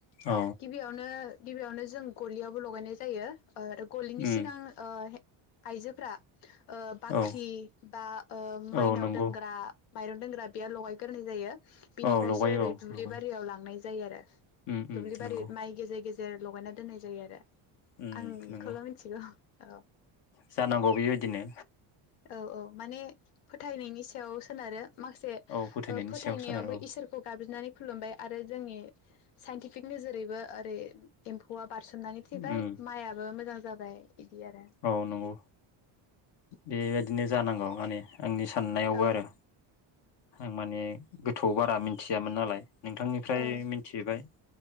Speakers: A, on the left; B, on the left.
A: औ
B: गिबियावनो गिबियावनो जों गलियावबो लगायनाय जायो। ओ आरो गलिनि
A: उम
B: सिगां ओ हे आइजोफ्रा ओ बाख्रि
A: औ
B: बा ओ मायनाव
A: औ नंगौ
B: दोनग्रा माइरं दोनग्रा बेयो लहाय गोरनाय जायो। बिनिफ्रायसो
A: औ लगायो
B: ओरै दुब्लि
A: औ लगायो
B: बारियाव लांनाय जायो आरो।
A: उम उम
B: दुब्लि
A: नंगौ
B: बारि माइ गेजेर गेजे जेर लगायना दोननाय जायो आरो आं
A: उम नंगौ
B: एखौल' मिथिगौ औ
A: जानांगौ बेबायदिनो
B: औ औ माने फोथायनायनि सायाव सोनारो। माखासे
A: औ फोथायनायनि
B: ओ फोथायनायावबो
A: सायाव सोनारो औ
B: इसोरखौ गाबज्रिनानै खुलुमबाय। आरो जोंनि साइन्टिफिक नोजोरैबो ओरै एम्फौआ बारसोमनानै थैबाय
A: उम
B: माइआबो मोजां जाबाय। इदि आरो
A: औ नंगौ बेबायदिनो जानांगौ माने आंनि साननायावबो
B: औ
A: आरो आं माने गोथौआव बारा मिथियामोन नालाय। नोंथांनिफ्राय
B: औ
A: मिनथिबाय